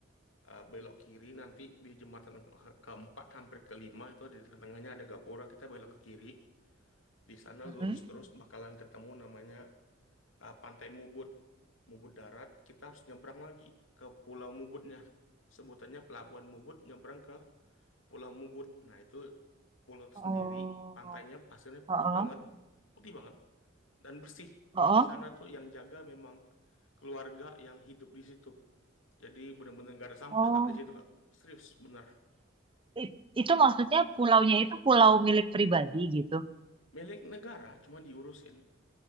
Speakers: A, on the left (about 75°); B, on the right (about 25°).
A: eh, belok kiri nanti di jembatan ke- keempat hampir kelima itu di tengahnya ada gapura kita belok ke kiri di sana
B: mm-mm.
A: lurus terus bakalan ketemu namanya eh, Pantai Mubut Mubut darat kita harus nyebrang lagi ke Pulau Mubutnya sebutannya Pelabuhan Mubut nyebrang ke Pulau Mubut nah itu pulau
B: Oh,
A: sendiri pantainya pasirnya
B: oh,
A: putih banget putih banget dan bersih.
B: oh,
A: Di sana tuh yang jaga memang keluarga yang hidup di situ. Jadi bener-bener gak ada sampah
B: oh,
A: Kak di situ Kak. Serius bener.
B: I- itu maksudnya pulaunya itu pulau milik pribadi gitu.
A: Milik negara cuma diurusin,